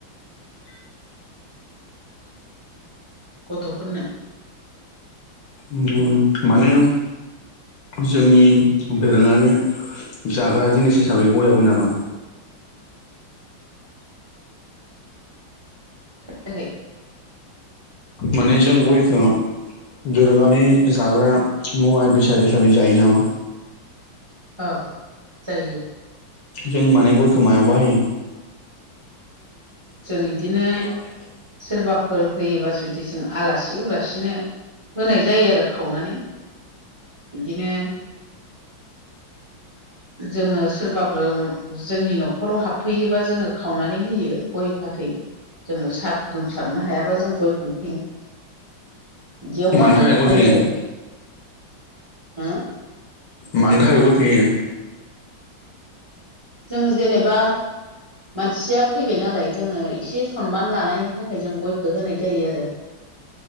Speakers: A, on the right (about 20°); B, on the left (about 70°).
A: <inaudible> गथ'फोरनो
B: उम, माने जोंनि दोरोङारि जाग्रा जिनिस हिसाबै गयाबो नामा?
A: खोनायाखै?
B: माने जों गयखौ दोरोङारि जाग्रा मुवा बेसाद हिसाबै जायो नामा?
A: ओ जायो।
B: जों माने गयखोमायाव बाहायो? <unintelligible>
A: जों इदिनो सोरबाफोर फैयोबा जुदि जों आलासि उलासिनो होनाय जायो आरो खावनानै। बिदिनो जोङो सोरबाफोर जोंनि न'खराव हाबफैयोबा जोङो खावनानै होयो। गय फाथ थै जोङो साहा फुदुंस्लाबनो हायाबा जों गयखौनो होयो। जेयाव बाहाय
B: मानि थाखाय गय
A: जायो
B: होयो
A: आरो। हो
B: मानि थाखाय गय होयो?
A: जोङो जेनेबा मानसिया फैबाय नालाय जोङो एसे सनमान लानायनि थाखाय जों गयखौ होनाय जायो आरो।